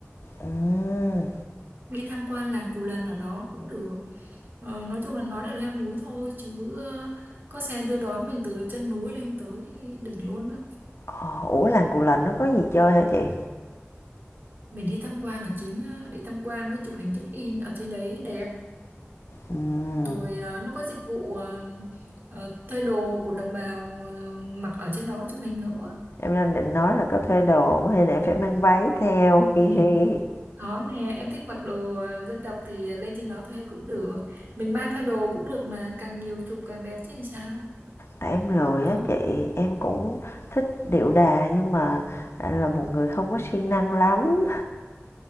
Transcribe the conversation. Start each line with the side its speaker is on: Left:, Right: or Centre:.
Left: Ừm,
Right: đi tham quan làng Cù Lần ở đó cũng được. Ờ, nói chung là nói là leo núi thôi chứ ờ, có xe đưa đón mình từ chân núi lên tới đỉnh luôn á.
Left: ờ, ủa làng Cù Lần nó có gì chơi hả chị?
Right: Mình đi tham quan là chính, ờ, đi tham quan mới chụp hình check in ở trên đấy đẹp.
Left: Ừm,
Right: rồi ờ, nó có dịch vụ ờ, ờ, thuê đồ của đồng bào ờ, mặc ở trên đó chụp hình nữa
Left: em đang định nói là có thuê đồ hông hay là em phải mang váy theo. <laughs>
Right: <laughs>
Left: Hi hi.
Right: có nè, em thích mặc đồ ờ, dân tộc thì lên trên đó thuê cũng được. Mình mang theo đồ cũng được mà, càng nhiều chụp càng đẹp chứ làm sao.
Left: tại em lười
Right: Đó.
Left: á chị em cũng thích điệu đà nhưng mà là một người không có siêng năng lắm